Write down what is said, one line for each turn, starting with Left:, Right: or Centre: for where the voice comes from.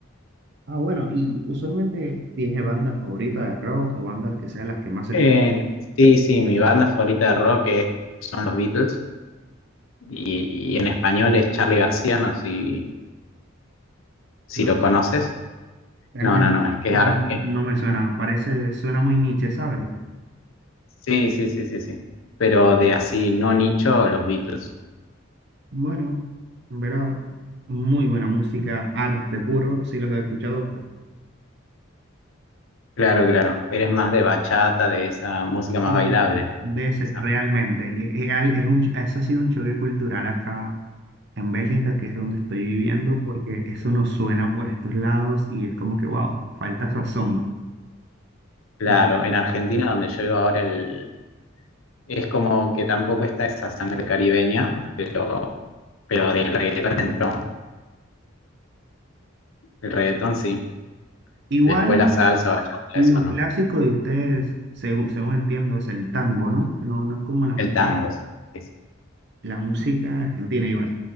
Right: ah, bueno, y usualmente tiene bandas favoritas de rock o bandas que sean las que más escucho.
Left: Eh, sí, sí, mi banda favorita de rock es- son los Beatles y, y en español es Charly García, no sé si, si
Right: No,
Left: lo conoces.
Right: realmente
Left: No, no, no, es que
Right: no,
Left: es ar-
Right: no me suena. Parece, suena muy niche, ¿sabes?
Left: Sí, sí, sí, sí, sí. Pero de así, no nicho, los Beatles.
Right: Bueno, en verdad, muy buena música, arte puro. Sí los he escuchado,
Left: Claro, claro. Eres más de bachata, de esa música más
Right: Sí,
Left: bailable.
Right: de ese-
Left: Esa.
Right: realmente. y Es, al- es un, eso ha sido un choque cultural acá en Bélgica, que es donde estoy viviendo, porque eso nos suena por estos lados y es como que, wow, falta sazón.
Left: Claro,
Right: ¿no?
Left: en Argentina, donde yo vivo ahora, el... es como que tampoco está esa sangre caribeña, pero, pero del reggaetón entró. El reggaetón sí.
Right: Igual
Left: Después la salsa, bachata,
Right: lo
Left: eso no.
Right: clásico de ustedes, según, según entiendo, es el tango, ¿no? No, no es como la música,
Left: El tango, sí, sí,
Right: la música argentina igual.